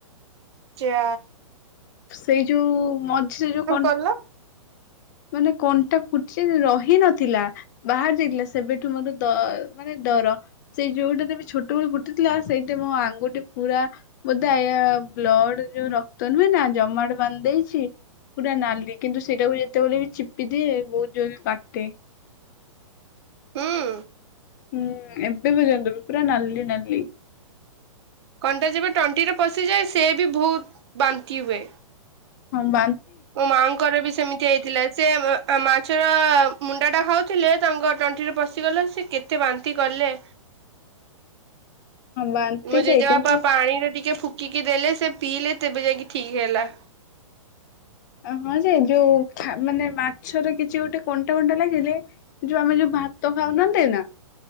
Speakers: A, on the right; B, on the left.
A: ଚା
B: ସେଇ ଯୋଉ ମଝିରେ ଯୋଉ କ
A: କଲ
B: ମାନେ କଣ୍ଟା ଫୁଟିି ରହି ନଥିଲା ବାହାରି ଯାଇଥିଲା। ସେବେଠୁ ମୋର ଦ ମାନେ ଡର। ସେଇ ଯୋଉଟାରେ ବି ଛୋଟବେଳ ଫୁଟିଥିଲା ସେଇଠି ମୋ ଆଙ୍ଗୁଟି ପୁରା ବୋଧେ ଏଇଆ ବ୍ଲଡ ଯୋଉ ରକ୍ତ ନୁହେଁନା। ଜମାଟ ବାନ୍ଧି ଦେଇଚି ପୁରା ନାଲି କିନ୍ତୁ ସେଇଟାକୁ ଯେତେବେଳେ ବି ଚିପି ଦିଏ ବୋହୁତ ଜୋରରେ କାଟେ।
A: ହୁଁ।
B: ହୁଁ ଏବେ ପର୍ଯ୍ୟନ୍ତ ବି ପୁରା ନାଲି ନାଲି
A: କଣ୍ଟା ଯେବେ ଟଣ୍ଟିରେ ପଶିଯାଏ ସେ ବି ବହୁତ ବାନ୍ତି ହୁଏ।
B: ହଁ ବା
A: ମୋ ମାଙ୍କର ବି ସେମିତି ହେଇଥିଲା ସେ ମାଛର ମୁଣ୍ଡାଟା ଖାଉଥିଲେ ତାଙ୍କ ତଣ୍ଟିରେ ପଶିଗଲେ। ସେ କେତେ ବାନ୍ତି କଲେ।
B: ବାନ୍ତି
A: ମୁଁ ଜେଜେବାପା
B: ଯେ କିନ୍ତୁ
A: ପାଣିରେ ଟିକେ ଫୁ ଙ୍କିକି ଦେଲେ ସେ ପିଇଲେ ତେବେ ଯାଇକି ଠିକ୍ ହେଲା।
B: ଆଉ ହଁ ଯେ ଯୋଉ ହା ମାନେ ମାଛର କିଛି ଗୋଟେ କଣ୍ଟା ଫଣ୍ଟା ଲାଗିଲେ ଯୋଉ ଆମେ ଯୋଉ ଭାତ ଖାଉନାହାନ୍ତି ନା